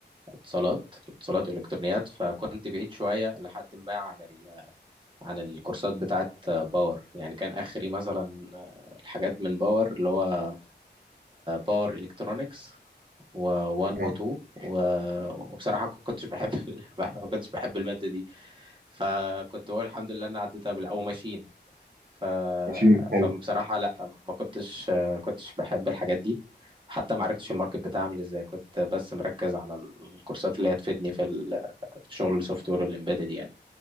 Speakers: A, on the right; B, on the right.
A: اتصالات اتصالات والإلكترونيات فكنت بعيد شوية لحد ما عن ال... عن الكورسات بتاعت آه، باور يعني كان آخري مثلا آه، الحاجات من باور اللي هو باور الكترونكس و1
B: نعم.
A: و2 وبصراحه كنتش بحب ال- <laughs> ما كنتش بحب الماده دي فكنت بقول الحمد لله انا عديتها بال- او ماشين ف...
B: ماشي حلو
A: فبصراحه لا ما كنتش كنتش بحب الحاجات دي حتى ما عرفتش الماركت بتاعي عامل ازاي كنت بس مركز على الكورسات اللي هتفيدني في ال... في شغل السوفت وير والامبيدد يعني